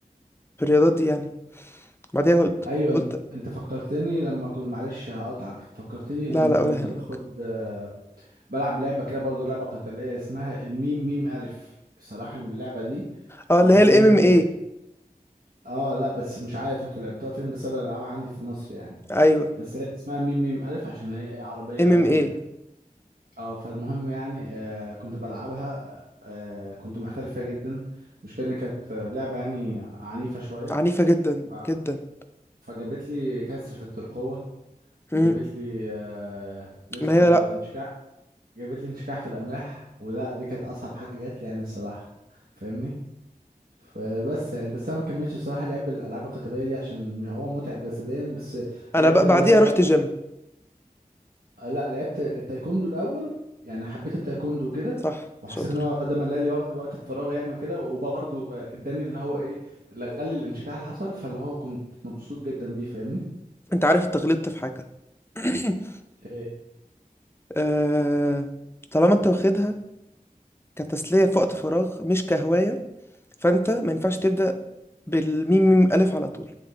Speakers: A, on the left; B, on the right.
A: في الرياضات دي يعني بعديها قلت
B: ايوه
A: قلت
B: انت فكرتني لما كنت معلش هقطعك فكرتني
A: لا
B: لما
A: لا
B: كنت
A: ولا يهمك
B: باخد آه، بلعب لعبه كده برضو لعبه قتاليه اسمها الميم ميم الف الصراحه اللعبه دي
A: اه اللي
B: انا
A: هي
B: كنت
A: الام ام اي
B: اه لا بس مش عارف انتوا لعبتوها فين بس انا بلعبها عندي في مصر يعني
A: ايوه
B: بس هي اسمها ميم ميم الف عشان هي إيه عربيه
A: ام
B: يعني
A: ام
B: وكده
A: اي
B: اه فالمهم يعني آه كنت بلعبها آه كنت محترف فيها جدا المشكله إن كانت آه، لعبه يعني عنيفه شويه
A: عنيفة جدا
B: ف-
A: جدا
B: فجابت لي كسر في الترقوه جابت
A: مم.
B: لي آه، اسمه
A: ما هي
B: ايه
A: لا
B: ده انشكاح جابت لي انشكاح في الاملاح ولا دي كانت اصعب حاجه جات لي يعني الصراحه فاهمني فبس يعني بس انا ما كملتش الصراحه لعب الالعاب القتاليه دي عشان هو متعب جسديا بس
A: انا
B: لعبت
A: بقى بعديها
B: بعدها لعبه
A: رحت جيم
B: آه، لا لعبت التايكوندو الاول يعني حبيت التايكوندو وكده
A: صح
B: وحسيت
A: شاطر
B: ان هو ده ملأ لي وقت وقت الفراغ يعني وكده وبرضه آه، اداني اللي هو ايه لغلي الانشكاح اللي حصل فاللي هو كنت مبسوط جدا بيه فاهمني
A: انت عارف اتغلطت في حاجة <coughs> <clears throat>
B: ايه
A: آه... طالما انت واخدها كتسلية في وقت فراغ مش كهواية فأنت ما ينفعش تبدأ بالميم ميم ألف على طول